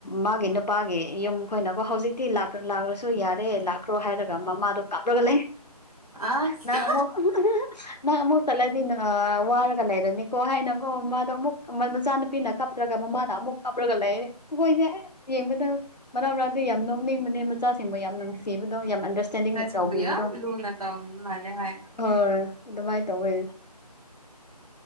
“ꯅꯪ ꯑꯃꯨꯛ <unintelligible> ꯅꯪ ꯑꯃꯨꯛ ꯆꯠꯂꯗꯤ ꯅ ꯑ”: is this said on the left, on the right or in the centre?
Left